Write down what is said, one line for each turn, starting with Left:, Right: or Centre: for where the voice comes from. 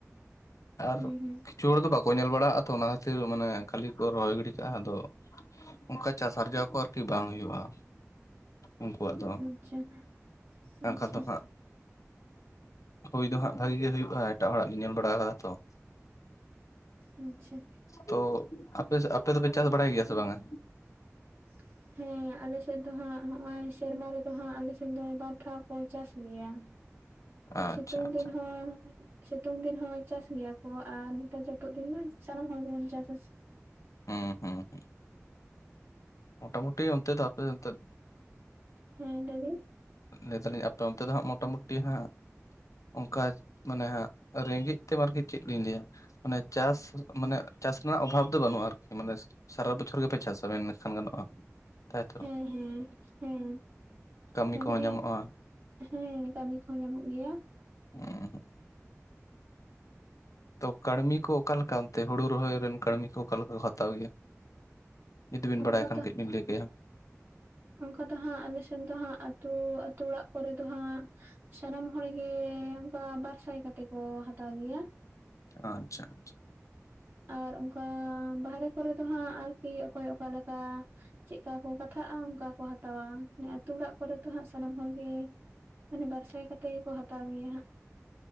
Left: ᱟᱨ
Right: ᱦᱩᱸ ᱦᱩᱸ
Left: ᱠᱤᱪᱷᱩ ᱦᱚᱲ ᱫᱚ ᱵᱟᱠᱚ ᱧᱮᱞ ᱵᱟᱲᱟᱜᱼᱟ ᱛᱚ ᱚᱱᱟ ᱠᱷᱟᱹᱛᱤᱨ ᱢᱟᱱᱮ ᱠᱷᱟᱹᱞᱤ ᱠᱚ ᱨᱚᱦᱚᱭ ᱜᱤᱰᱤ ᱠᱟᱜᱼᱟ ᱟᱫᱚ ᱾ ᱚᱝᱠᱟ ᱪᱟᱥ ᱟᱨᱡᱟᱣ ᱠᱚ ᱟᱨᱠᱤ ᱵᱟᱝ ᱦᱩᱭᱩᱜᱼᱟ ᱩᱱᱠᱩᱣᱟᱜ ᱫᱚ
Right: <unintelligible> ᱟᱪᱪᱷᱟ
Left: ᱟᱱᱠᱟ ᱫᱚ ᱦᱟᱜ ᱦᱩᱭ ᱫᱚ ᱦᱟᱸᱜ ᱵᱷᱟᱜᱤ ᱜᱮ ᱦᱩᱭᱩᱜᱼᱟ ᱮᱴᱟᱜ ᱦᱚᱲᱟᱜ ᱞᱤᱧ ᱧᱮᱞ ᱵᱟᱲᱟ ᱠᱟᱫᱟ ᱛᱚ ᱾
Right: ᱟᱪᱪᱷᱟ
Left: ᱛᱚ ᱟᱯᱮ ᱟᱯᱮ ᱫᱚᱯᱮ ᱪᱟᱥ ᱵᱟᱲᱟᱭ ᱜᱮᱭᱟ ᱥᱮ ᱵᱟᱝᱼᱟ?
Right: <inaudible> ᱦᱮᱸ ᱟᱞᱮᱥᱮᱫ ᱫᱚ ᱦᱟᱸᱜ ᱱᱚᱜᱚᱭ ᱥᱮᱨᱢᱟ ᱨᱮᱫᱚ ᱦᱟᱸᱜ ᱟᱞᱮᱥᱮᱫ ᱫᱚ ᱵᱟᱨ ᱫᱷᱟᱣ ᱠᱚ ᱪᱟᱥ ᱜᱮᱭᱟ ᱾
Left: ᱟᱪᱪᱷᱟ
Right: ᱥᱤᱛᱩᱝ
Left: ᱟᱪᱪᱷᱟ
Right: ᱫᱤᱱ ᱦᱚᱸ ᱥᱤᱛᱩᱝ ᱫᱤᱱ ᱦᱚᱸ ᱪᱟᱥ ᱜᱮᱭᱟ ᱠᱚ ᱟᱨ ᱱᱮᱛᱟᱨ ᱡᱟᱹᱯᱩᱫ ᱫᱤᱱ ᱢᱟ ᱥᱟᱱᱟᱢ ᱦᱚᱲ ᱜᱮᱵᱚᱱ ᱪᱟᱥᱟ
Left: ᱦᱩᱸ ᱦᱩᱸ ᱢᱳᱴᱟᱢᱩᱴᱤ ᱚᱱᱛᱮ ᱫᱚ ᱟᱯᱮ ᱚᱱᱛᱮᱜ
Right: ᱦᱮᱸ ᱞᱟᱹᱭ ᱵᱤᱱ
Left: ᱞᱟᱹᱭ ᱫᱟᱞᱤᱧ ᱟᱯᱮ ᱚᱱᱛᱮ ᱫᱚ ᱦᱟᱸᱜ ᱢᱚᱴᱟᱢᱩᱴᱤ ᱦᱟᱸᱜ ᱚᱱᱠᱟᱡ ᱢᱟᱱᱮ ᱦᱟᱸᱜ ᱨᱮᱸᱜᱮᱡ ᱛᱮᱢ ᱟᱨᱠᱤ ᱪᱮᱫ ᱞᱤᱧ ᱞᱟᱹᱭᱟ ᱾ ᱢᱟᱱᱮ ᱪᱟᱥ ᱢᱟᱱᱮ ᱪᱟᱥ ᱨᱮᱱᱟᱜ ᱚᱵᱷᱟᱵ ᱫᱚ ᱵᱟᱹᱱᱩᱜᱼᱟ ᱟᱨᱠᱤ ᱢᱟᱱᱮ ᱥᱟᱨᱟ ᱵᱚᱪᱷᱚᱨ ᱜᱮᱯᱮ ᱪᱟᱥᱟ ᱢᱮᱱ ᱠᱷᱟᱱ ᱜᱟᱱᱚᱜᱼᱟ ᱛᱟᱭᱛᱚ
Right: ᱦᱮᱸ ᱦᱮᱸ ᱦᱮᱸ
Left: ᱠᱟᱹᱢᱤ
Right: ᱢᱟᱱᱮ
Left: ᱠᱚᱦᱚᱸ ᱧᱟᱢᱚᱜᱼᱟ
Right: ᱦᱮᱸ ᱠᱟᱹᱢᱤ ᱠᱚᱦᱚᱸ ᱧᱟᱢᱚᱜ ᱜᱮᱭᱟ
Left: ᱩᱸ ᱛᱚ ᱠᱟᱹᱲᱢᱤ ᱠᱚ ᱚᱠᱟᱞᱮᱠᱟ ᱚᱱᱛᱮ ᱦᱩᱲᱩ ᱨᱚᱦᱚᱭ ᱨᱮᱱ ᱠᱟᱹᱲᱢᱤ ᱠᱚ ᱚᱠᱟ ᱞᱮᱠᱟ ᱠᱚ ᱦᱟᱛᱟᱣ ᱜᱮᱭᱟ ᱾ ᱡᱩᱫᱤ ᱵᱤᱱ
Right: ᱚᱱᱠᱟ
Left: ᱵᱟᱲᱟᱭ ᱠᱷᱟᱱ ᱠᱟᱹᱡ ᱵᱤᱱ ᱞᱟᱹᱭ ᱠᱮᱭᱟ ᱾
Right: ᱚᱝᱠᱟ ᱫᱚ ᱦᱟᱸᱜ ᱟᱞᱮᱥᱮᱱ ᱫᱚ ᱦᱟᱸᱜ ᱟᱹᱛᱩ ᱟᱹᱛᱩ ᱚᱲᱟᱜ ᱠᱚᱨᱮ ᱫᱚ ᱦᱟᱸᱜ ᱥᱟᱱᱟᱢ ᱦᱚᱲ ᱜᱮ ᱚᱱᱠᱟ ᱵᱟᱨ ᱥᱟᱭ ᱠᱟᱛᱮᱜ ᱠᱚ ᱦᱟᱛᱟᱣ ᱜᱮᱭᱟ
Left: ᱟᱪᱪᱷᱟ ᱟᱪᱪᱷᱟ
Right: ᱟᱨ ᱚᱝᱠᱟ ᱵᱟᱦᱨᱮ ᱠᱚᱨᱮ ᱫᱚ ᱦᱟᱸᱜ ᱟᱨᱠᱤ ᱚᱠᱚᱭ ᱚᱠᱟ ᱞᱮᱠᱟ ᱾ ᱪᱮᱜᱠᱟ ᱠᱚ ᱠᱟᱛᱷᱟᱜᱼᱟ ᱚᱱᱠᱟ ᱠᱚ ᱦᱟᱛᱟᱣᱟ ᱟᱹᱛᱩ ᱚᱲᱟᱜ ᱠᱚᱨᱮ ᱫᱚ ᱦᱟᱸᱜ ᱥᱟᱱᱟᱢ ᱦᱚᱲᱜᱮ ᱢᱟᱱᱮ ᱵᱟᱨᱥᱟᱭ ᱠᱟᱛᱮᱜ ᱜᱮᱠᱚ ᱦᱟᱛᱟᱣ ᱜᱮᱭᱟ ᱦᱟᱸᱜ ᱾